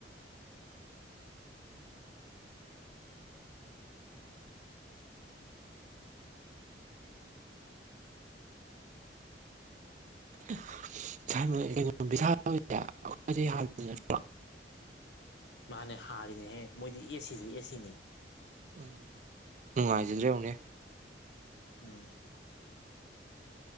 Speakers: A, on the right (about 45°); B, on the left (about 70°).
A: ꯈꯪꯗꯦ <unintelligible> <unintelligible> ꯈꯣꯏꯅꯤ ꯅꯠꯇ꯭ꯔ
B: ꯃꯥꯅꯦ ꯍꯥꯜꯂꯤꯅꯦꯍꯦ ꯃꯣꯏꯗꯤ ꯑꯦꯁꯤꯁꯨ ꯑꯦꯁꯤꯅꯦ
A: ꯎꯝ ꯅꯨꯡꯉꯥꯏꯖꯗ꯭ꯔ ꯌꯦꯡꯉꯨꯅꯦ
B: ꯎꯝ